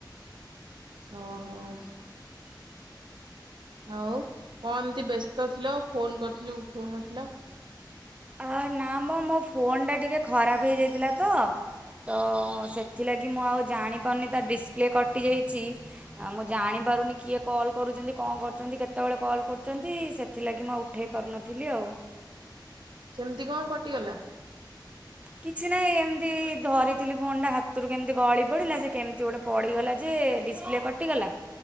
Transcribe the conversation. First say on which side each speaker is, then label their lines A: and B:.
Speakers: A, on the right; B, on the right.
A: ଓହୋ। ହାଉ କଣ ଏମତି ବ୍ୟସ୍ତ ଥିଲ, ଆଉ ଫୋନ କରିଥିଲି ଉଠଉନଥିଲ।
B: ଆ ନା ମ ମୋ ଫୋନ ଟା ଟିକେ ଖରାପ ହେଇଯାଇଥିଲା ତ, ତ ସେଥିଲାଗି ମୁଁ ଆଉ ଜାଣିପାରୁନି ତ ଡିସପ୍ଲେ କଟିଯାଇଛି। ଆ ମୁଁ ଜାଣି ପାରୁନି କିଏ କଲ୍ କରୁଛନ୍ତି, କଣ କରୁଛନ୍ତି କେତେବେଳେ କଲ୍ କରୁଛନ୍ତି, ସେ ସେଥିଲାଗି ମୁଁ ଆଉ ଉଠେଇ ପାରୁନଥିଲି ଆଉ।
A: ସେମିତି କଣ କଟିଗଲା?
B: କିଛି ନାହିଁ ଏମିତି ଧରିଥିଲି ଫୋନଟା, ହାତରୁ କେମିତି ଗଳି ପଡିଲା ସେ କେମତି ଗୋଟେ ପଡ଼ିଗଲା ଯେ ଡିସପ୍ଲେ କଟିଗଲା